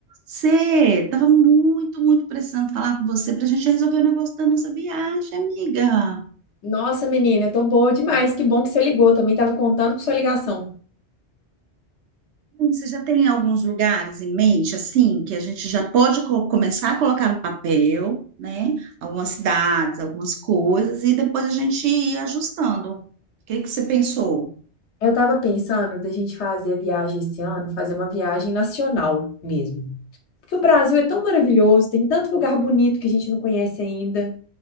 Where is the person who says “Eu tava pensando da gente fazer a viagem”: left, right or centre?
Left